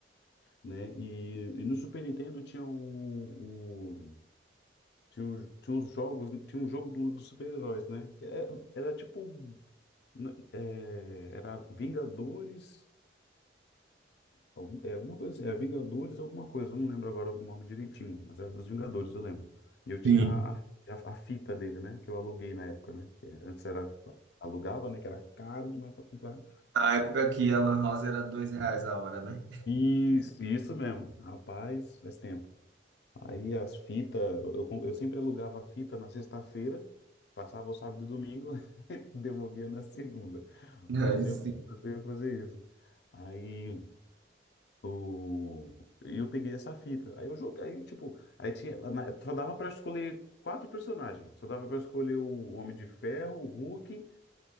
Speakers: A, on the left; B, on the right.
A: né? E, e no Super Nintendo tinha o, Tinha, os- tinha uns jogos, tinha um jogo do- dos super-heróis, né? Que é- Era, tipo. n- é, era Vingadores. algum- é, alguma coisa assim, é Vingadores alguma coisa, eu não lembro agora o nome direitinho, mas era dos Vingadores, eu lembro. E eu tinha
B: sim.
A: a, a, a fita dele, né? Que eu aluguei na época, né? Que Antes era. Alugava, né? Que era caro demais pra comprar.
B: Na época que a Lan House era dois reais a hora, né?
A: Isso, isso mesmo. Rapaz, faz tempo. Aí as fitas, eu, eu, com- eu sempre alugava a fita na sexta-feira, passava o sábado e domingo, <laughs> e devolvia na segunda.
B: <laughs>
A: né?
B: Aí
A: Eu sempre,
B: sim,
A: eu sempre ia fazer isso. Aí o, e eu peguei essa fita. Aí eu joguei, aí, tipo, aí tinha, na- só dava pra escolher quatro personagens. Só dava pra escolher o Homem de Ferro, o Hulk,